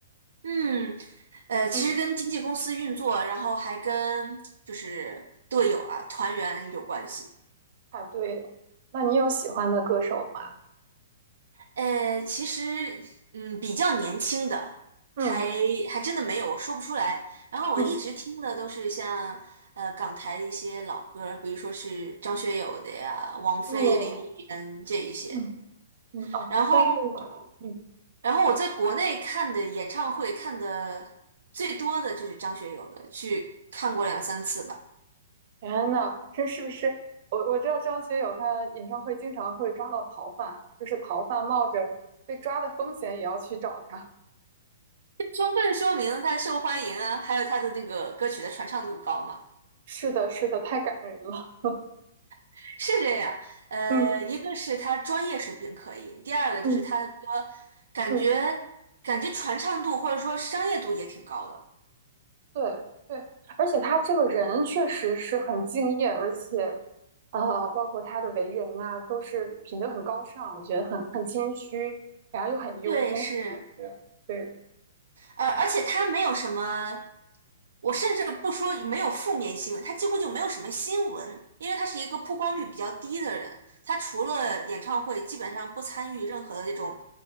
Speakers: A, on the right (about 75°); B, on the right (about 50°).
A: 嗯，呃，其实跟经纪公司运作，
B: 嗯，
A: 然后还跟就是队友啊、团员有关系。
B: 太对了。那你有喜欢的歌手吗？
A: 呃，其实嗯，比较年轻的，
B: 嗯
A: 还还真的没有，我说不出来。然后我一直听的都是像呃港台的一些老歌儿比如说是张学友的呀、
B: 嗯
A: 王菲、
B: 哦
A: 林忆莲这一些。
B: 嗯嗯哦，
A: 然后，
B: 张学友。嗯，
A: 然后我在国内看的演唱会看的最多的就是张学友的，去看过两三次吧，
B: 天呐，这是不是？我我知道张学友他演唱会经常会抓到逃犯，就是逃犯冒着被抓的风险也要去找他。
A: 充分说明了他受欢迎啊，还有他的那个歌曲的传唱度高嘛。
B: <laughs> 是的，是的，太感人了。
A: <laughs> 是这样，呃，
B: 嗯
A: 一个是他专业水平可以，第二个就是他的歌
B: 嗯
A: 感觉感觉传唱度或者说商业度也挺高的。
B: 嗯。对对，而且他这个人确实是很敬业，而且，啊，包括他的为人啊，都是品德很高尚，我觉得很很谦虚，然后又很幽默。
A: 对，是。
B: 对，对，
A: 呃，而且他没有什么，我甚至不说没有负面新闻，他几乎就没有什么新闻，因为他是一个曝光率比较低的人，他除了演唱会，基本上不参与任何的这种，